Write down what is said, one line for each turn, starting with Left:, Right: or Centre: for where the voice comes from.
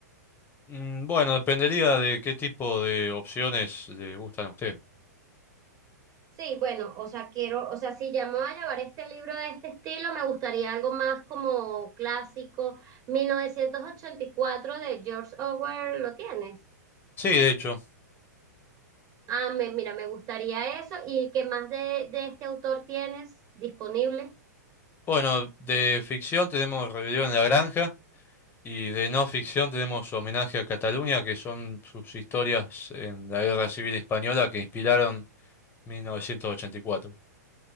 Left: Mm, Bueno, dependería de qué tipo de opciones le gustan a usted.
Right: Sí, bueno, o sea, quiero, o sea, si ya me voy a llevar este libro de este estilo, me gustaría algo más como clásico. 1984 de George Orwell, ¿lo tienes?
Left: Sí, de hecho.
Right: Ah, me- mira, me gustaría eso. ¿Y qué más de, de este autor tienes disponible?
Left: Bueno, de ficción tenemos Rebelión en la Granja y de no ficción tenemos Homenaje a Cataluña, que son sus historias en la Guerra Civil Española que inspiraron 1984.